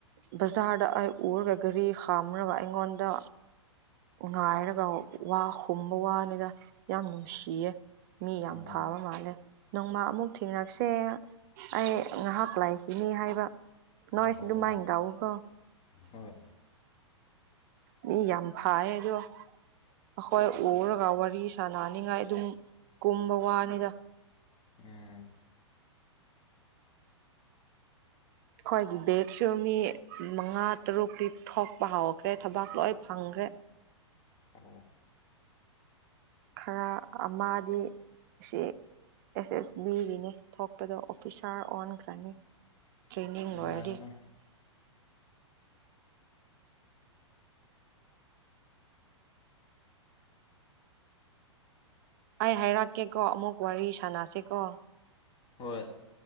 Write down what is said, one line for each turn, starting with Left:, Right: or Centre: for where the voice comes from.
Right: ꯕꯖꯥꯔꯗ ꯑꯩ ꯎꯔꯒ ꯘꯔꯤ ꯈꯥꯝꯔꯒ ꯑꯩꯉꯣꯟꯗ ꯉꯥꯏꯔꯒ ꯋꯥ ꯍꯨꯝꯕ ꯋꯥꯅꯤꯗ ꯌꯥꯝ ꯅꯨꯡꯁꯤꯌꯦ ꯃꯤ ꯌꯥꯝ
Left: ꯑꯣ
Right: ꯐꯥꯕ ꯃꯥꯜꯂꯦ ꯅꯣꯡꯃ ꯑꯃꯨꯛ ꯊꯦꯡꯅꯁꯦ ꯑꯩ ꯉꯥꯍꯥꯛ ꯂꯥꯛꯈꯤꯅꯤ ꯍꯥꯏꯕ ꯅꯣꯏꯁꯨ
Left: ꯑꯣ
Right: ꯑꯗꯨꯝꯃꯥꯏꯟ ꯇꯧꯎꯀꯣ
Left: ꯍꯣꯏ
Right: ꯃꯤ ꯌꯥꯝ ꯐꯥꯌꯦ ꯑꯗꯣ ꯑꯈꯣꯏ ꯎꯔꯒ ꯋꯥꯔꯤ ꯁꯥꯟꯅꯅꯤꯉꯥꯏ ꯑꯗꯨꯝ ꯀꯨꯝꯕ ꯋꯥꯅꯤꯗ
Left: ꯑꯦ
Right: ꯈꯣꯏꯒꯤ ꯕꯦꯛꯁꯨ ꯃꯤ ꯃꯉꯥ ꯇꯔꯨꯛꯇꯤ ꯊꯣꯛꯄ ꯍꯧꯈ꯭ꯔꯦ ꯊꯕꯛ ꯂꯣꯏ ꯐꯪꯈ꯭ꯔꯦ
Left: ꯑꯣ
Right: ꯈꯔ ꯑꯃꯥꯗꯤ ꯁꯤ ꯑꯦꯁ ꯑꯦꯁ ꯕꯤꯒꯤꯅꯤ ꯊꯣꯛꯄꯗꯣ ꯑꯣꯐꯤꯁꯥꯔ ꯑꯣꯟꯈ꯭ꯔꯅꯤ ꯇ꯭ꯔꯦꯅꯤꯡ
Left: ꯑꯁ
Right: ꯂꯣꯏꯔꯗꯤ
Left: ꯅꯨꯡꯉꯥꯏꯌꯦꯅ
Right: ꯑꯩ ꯍꯥꯏꯔꯛꯀꯦ ꯀꯣ ꯑꯃꯨꯛ ꯋꯥꯔꯤ ꯁꯥꯟꯅꯁꯦ ꯀꯣ
Left: ꯍꯣꯏ